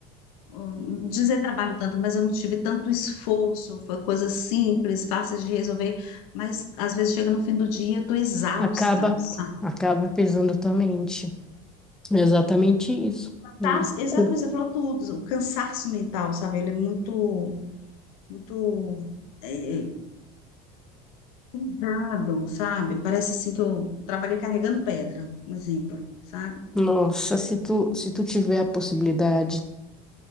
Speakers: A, on the left; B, in the centre.
A: hum, dizer trabalho tanto, mas eu não tive tanto esforço, foi coisa simples, fácil de resolver, mas às vezes chega no fim do dia, eu estou exausta,
B: Acaba,
A: sabe?
B: acaba pesando a tua mente. É exatamente isso,
A: Cansaço-
B: né?
A: Exatamente,
B: Com-
A: você falou tudo, o cansaço mental, sabe? Ele é muito, muito é, é, pesado, sabe? Parece assim que eu trabalhei carregando pedra, um exemplo, sabe?
B: Nossa, se tu, se tu tiver a possibilidade,